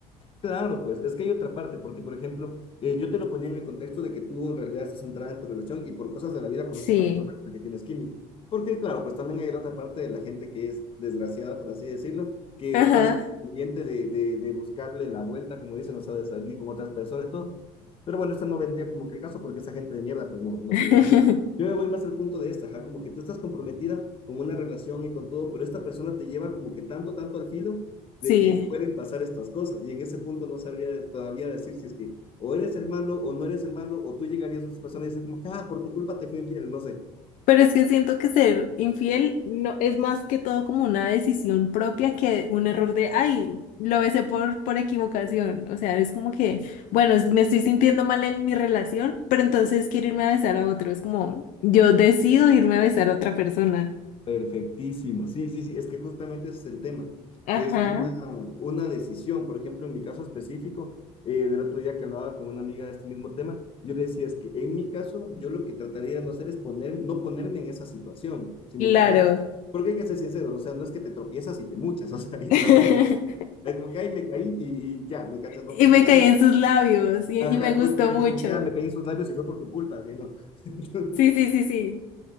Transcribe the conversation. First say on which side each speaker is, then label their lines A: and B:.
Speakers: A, on the left; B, on the left.
A: Claro, pues es que hay otra parte, porque por ejemplo, eh, yo te lo ponía en el contexto de que tú en realidad estás centrada en tu relación y por cosas de la vida conoces
B: Sí,
A: a una persona con la que tienes química. Porque claro, pues también hay la otra parte de la gente que es desgraciada, por así decirlo, que
B: ajá,
A: está así pendiente de, de, de buscarle la vuelta, como dicen, o sea, de salir con otras personas y todo. Pero bueno, esto no vendría como que el caso porque esa gente de mierda pues no, no
B: <laughs>
A: tiene sentido. Yo me voy más al punto de esta, ajá, como que tú estás comprometida con una relación y con todo, pero esta persona te lleva como que tanto, tanto al filo
B: sí.
A: de que pueden pasar estas cosas. Y en ese punto no sabría todavía decir si es que o eres el malo o no eres el malo, o tú llegarías a esa persona y dices, como, ah, por tu culpa te fui infiel, no sé.
B: Pero es que siento que ser infiel no es más que todo como una decisión propia que un error de, ay, lo besé por, por equivocación. O sea, es como que, bueno, me estoy sintiendo mal en mi relación, pero entonces quiero irme a besar a otro. Es como, yo decido irme a besar a otra persona.
A: Perfectísimo. Sí, sí, sí, es que justamente ese es el tema,
B: Ajá.
A: que es una, una decisión. Por ejemplo, en mi caso específico, eh, del otro día que hablaba con una amiga de este mismo tema, yo le decía, es que en mi caso, yo lo que trataría de no hacer es poner, no ponerme en esa situación, si
B: Claro.
A: me cachas. Porque hay que ser sinceros, o sea, no es que te tropiezas y te muchas, <laughs> o sea, y
B: <laughs>
A: te lo ves, Es como que, ay, me caí y, y ya, me cachas, no
B: Y
A: funciona
B: me caí
A: así.
B: en sus labios y,
A: Ajá,
B: y me gustó
A: justamente,
B: mucho.
A: como que, ah, me caí en sus labios y fue por tu culpa, así, ¿no? <laughs>
B: Sí, sí, sí, sí.